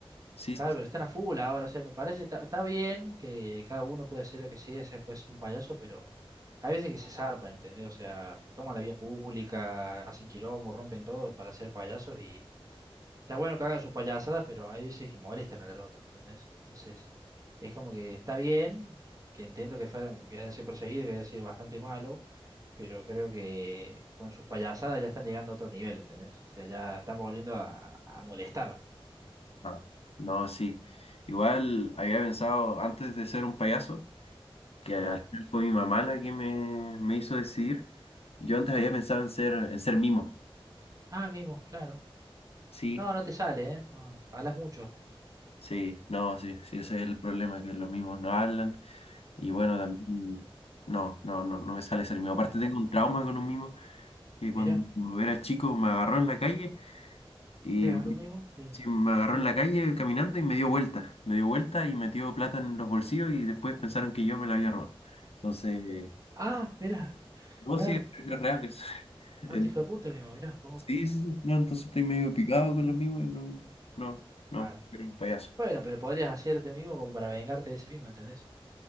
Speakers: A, on the left (about 80°); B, on the right (about 35°).
A: sí,
B: claro,
A: sí. sí.
B: pero están a full ahora, o sea, me parece, está está bien que cada uno puede hacer lo que sea, se puede ser un payaso, pero hay veces que se zarpan, ¿entendés? O sea, toman la vía pública, hacen quilombo, rompen todo para ser payasos Está bueno que hagan sus payasadas, pero hay veces que molestan al otro, ¿entendés? Entonces, es como que está bien, que entiendo que, fueran, que hayan sido perseguidos, que haya sido bastante malo, pero creo que con sus payasadas ya están llegando a otro nivel, ¿entendés? O sea, ya están volviendo a, a molestar,
A: Ah, No, sí. Igual había pensado antes de ser un payaso. que al
B: claro.
A: final fue mi mamá la que me, me hizo decidir. Yo antes había pensado en ser, en ser mimo.
B: Ah, mimo, claro.
A: Sí,
B: No, no te sale, ¿eh? No, hablas mucho.
A: Sí, no, sí, sí, ese es el problema, que los mimos no hablan. Y bueno,
B: Claro,
A: también no, no, no, no me sale ser mimo. Aparte
B: claro.
A: tengo un trauma con un mimo, que cuando
B: Mira,
A: era chico me agarró en la calle y
B: ¿te agarró un mimo? Sí.
A: sí, me agarró en la calle caminando y me dio vuelta. Me dio vuelta y metió plata en los bolsillos y después pensaron que yo me la había robado. Entonces,
B: Ah, mira,
A: no,
B: claro.
A: sí, es es real eso. <laughs>
B: Tanto hijo de puta el mimo, mira.
A: Sí, sí, sí. No, entonces estoy medio picado con los mismos y no, no, no,
B: Claro.
A: era un payaso.
B: Bueno, pero podrías hacerte mimo como para vengarte de ese mimo, ¿entendés?